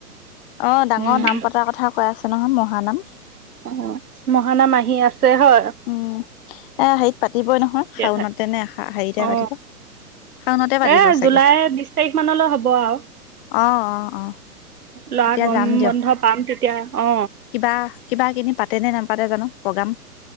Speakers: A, on the left (about 35°); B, on the right (about 65°).
A: অ ডাঙৰ
B: উম
A: নাম পতাৰ কথা কৈ আছে নহয় মোক। ধ ধানাম।
B: অ মহানাম আহি আছে হয়।
A: উ এ হেৰিত পাতিবই নহয়,
B: এতিয়াহে
A: শাওনতে নে হেৰিতে
B: অ
A: পাতিব শাওনতে পাতিব
B: এ
A: চাগে,
B: জুলাই বিশ তাৰিখ মানলৈ হ'ব আৰু
A: অ অ অ
B: ল'ৰা
A: তেতিয়া
B: গম
A: যাম দিয়ক
B: বন্ধ পাম তেতিয়া অ
A: কিবা। কিবা কিনি পা। তেনে নাম পাতে জানো প্ৰগ্ৰাম।